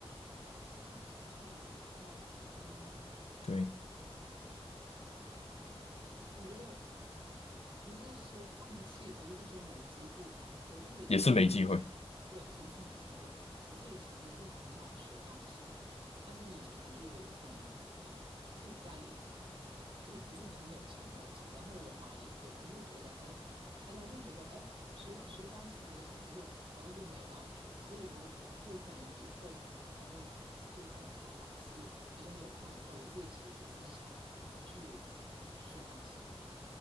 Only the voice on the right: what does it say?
放弃的话，嗯，
我觉得不是说放弃，而是说没机会吧。我自己其实一直很想，
对，其实是没机会。我自己其实是很想学钢琴的，但是以前就可能，嗯、就家里就不是很有钱那种。然后我妈也也不是觉得，哎，她她就觉得，哎，学学钢琴啊有什么用？然后就没有让我学。所以如果就可能以后等我就可能考完试比较有空的时候，我自己其实是想去学钢琴的。